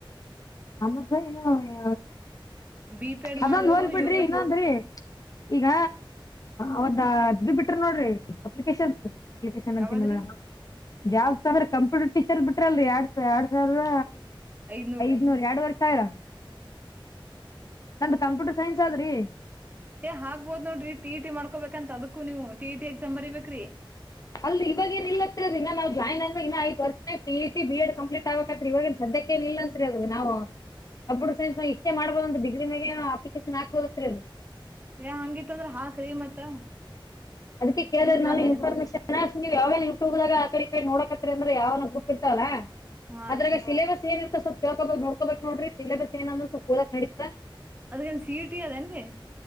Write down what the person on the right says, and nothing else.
ಬಿ ಪೇಡ್
ಮಾಡ್ದವ್ರು
ಯೋಗ
ಯಾವದ್ರಿ
ಐನೂರ ರಿ.
ಏ ಹಾಕ್ಬೋದ ನೋಡ್ರಿ ಟಿಇಟಿ ಮಾಡ್ಕೋಬೇಕ ಅಂತ ಅದಕ್ಕೂ ನೀವು. ಟಿ ಇ ಟಿ ಎಕ್ಸಾಮ್ ಬರಿಬೇಕ್ರಿ
ಏ ಹಂಗಿತ್ತ ಅಂದ್ರ ಹಾಕ್ರಿ ಮತ್ತ.
ಯೂಸ್
ಅದ
ನಿಮ್ಗ
ಹಾ
ರೀ
ಅದ್ಗೇನ್ ಸಿ ಇ ಟಿ ಅದೇನ್ರಿ